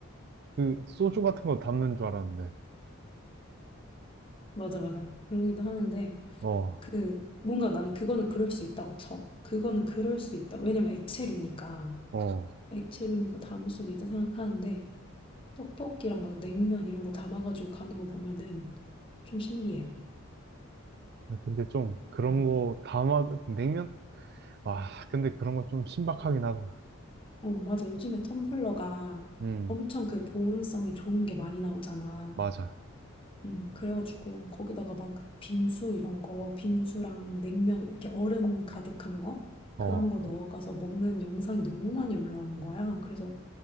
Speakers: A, on the right (about 50°); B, on the left (about 25°).
A: 그 소주 같은 거 담는 줄 알았는데.
B: 맞아, 맞아. 그러기도 하는데
A: 어,
B: 그 뭔가 나는 그거는 그럴 수 있다고 쳐. 그거는 그럴 수 있다. 왜냐면 액체류니까
A: 어.
B: 액체류니까 담을 수도 있다 생각하는데 떡볶이랑 막 냉면 이런 거 담아가지고 가는 거 보면은 좀 신기해.
A: 근데 좀 그런
B: 음.
A: 거 담아 냉면? 아, 근데 그런 거 좀 신박하긴 하다.
B: 어, 맞아. 요즘에 텀블러가
A: 음,
B: 엄청 그 보온성이 좋은 게 많이 나오잖아.
A: 맞아.
B: 음, 그래가지고 거기다가 막 빙수 이런 거, 빙수랑 냉면 이렇게 얼음 가득한 거
A: 어,
B: 그런 거 넣어가서 먹는 영상이 너무 많이 올라오는 거야. 그래서